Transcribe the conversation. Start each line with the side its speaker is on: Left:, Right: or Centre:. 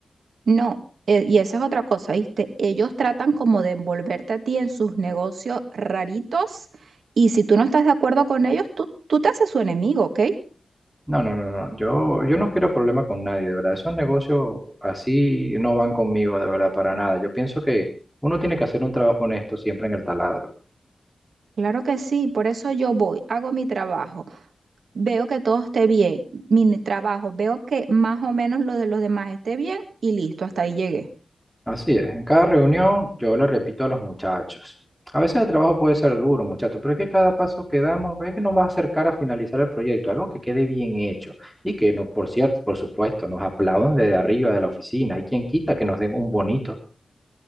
Right: No, eh, y esa es otra cosa, ¿viste? Ellos tratan como de envolverte a ti en sus negocios raritos y si tú no estás de acuerdo con ellos, tú, tú te haces su enemigo, ¿ok?
Centre: No, no, no, no. Yo, yo no quiero problema con nadie, de verdad. Esos negocios así no van conmigo, de verdad, para nada. Yo pienso que uno tiene que hacer un trabajo honesto siempre en el taladro.
Right: Claro que sí, por eso yo voy, hago mi trabajo, veo que todo esté bien, mi ne- trabajo, veo que más o menos lo de los demás esté bien y listo, hasta ahí llegué.
Centre: Así es. En cada reunión yo le repito a los muchachos. A veces el trabajo puede ser duro, muchachos, pero es que cada paso que damos es que nos va a acercar a finalizar el proyecto, algo que quede bien hecho y que, no, por cierto, por supuesto, nos aplaudan desde arriba de la oficina. Hay quien quita que nos den un bonito